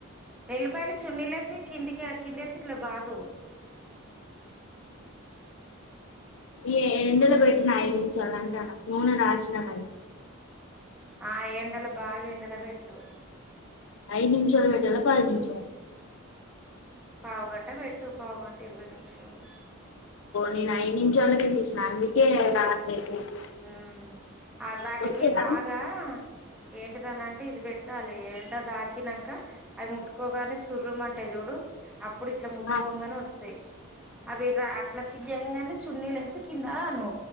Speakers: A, in the centre; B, on the left (about 65°).
A: ఎల్లిపాయలు చున్నీలేసి కిందికి కిందేసి ఇట్ల బాదు
B: ఈ ఎండలో పెట్టిన ఐదు నిమిషాలు అంటన్న నూనె రాసిన గని
A: ఆ ఎండలో బాగా ఎండల పెట్టు
B: ఐదు నిమిషాల్ పెట్టాలా పది నిమిషాల్
A: పావు గంట పెట్టు పావుగంట ఇరవై నిమిషాలు
B: నేన్ ఐదు నిమిషాలకే తీసిన అందుకే <unintelligible>
A: ఉ ఆ వాటికి
B: వత్తదా
A: బాగా ఏంటిదని అంటే ఇది పెట్టాలి ఎండదాకినాక అవి ముట్టుకోగానే సుర్రుమంటే చూడు అప్పుడు ఇట్లా ముట్టుకోగానే
B: ఆ
A: వస్తాయి అవి అట్లా తియ్యంగానే చున్నీ లేసి కిందను